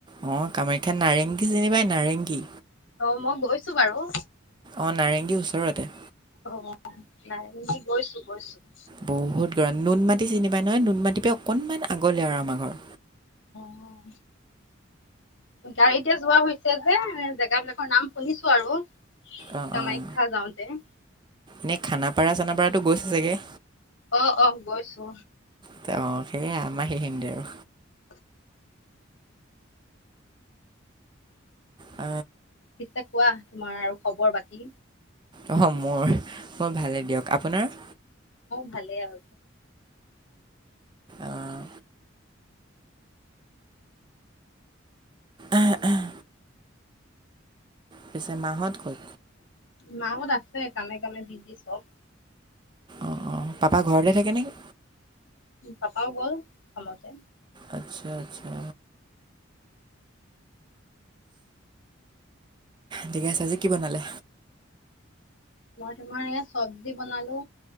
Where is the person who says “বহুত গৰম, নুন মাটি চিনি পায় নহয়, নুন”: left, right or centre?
Right